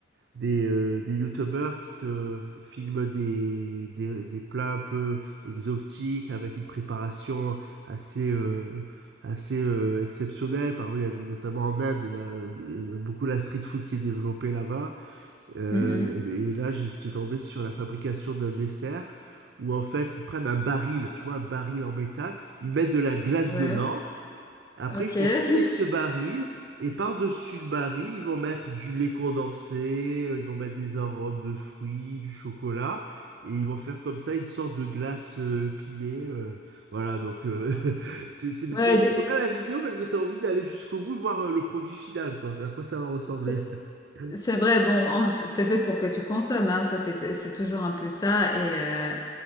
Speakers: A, on the right; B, on the left.
A: des, euh, des youtubeurs qui te filment des, des, des plats un peu exotiques avec une préparation assez, euh, assez euh, exceptionnelle. Par exemple, il y a des- notamment en Inde, il y a euh, beaucoup la street food qui est développée là-bas. Euh,
B: Mhm.
A: et, et là, j'étais tombé sur la fabrication d'un dessert où en fait, ils prennent un baril, tu vois, un baril en métal, ils mettent de la glace
B: Ouais,
A: dedans. Après,
B: ok.
A: ils font
B: <laughs>
A: tourner ce baril et par-dessus le baril, ils vont mettre du lait condensé, euh, ils vont mettre des arômes de fruits, du chocolat et ils vont faire comme ça une sorte de glace euh, pilée. euh, voilà, donc euh, <laughs> c'est c'est-
B: Ouais,
A: c'est-
B: des-
A: c'est pour ça la vidéo parce que tu as envie d'aller jusqu'au bout et voir euh, le produit final, quoi, à quoi ça va ressembler.
B: c'est
A: <laughs>
B: c'est vrai, bon, en- c'est fait pour que tu consommes, hein, ça c'est c'est toujours un peu ça. Et, euh,